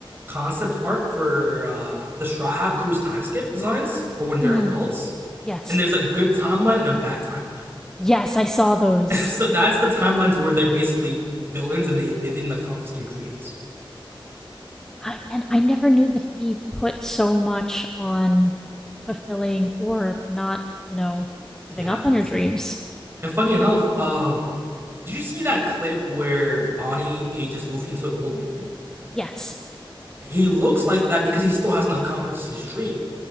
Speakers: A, on the right (about 25°); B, in the centre.
A: concept art for uh the Straw Hat Crew's timeskip designs for when they're
B: Mhm.
A: adults.
B: Yes.
A: And there's a good timeline and a bad timeline.
B: Yes, I saw those.
A: <laughs> so that's the timelines where they're basically villains and they, they didn't accomplish their dreams.
B: I- and I never knew that he put so much on fulfilling or not, you know, giving
A: Yes.
B: up on your dreams.
A: And funny enough, uh Did you see that clip where Bonnie ages Luffy into an old man?
B: Yes.
A: He looks like that because he still hasn't accomplished his dream.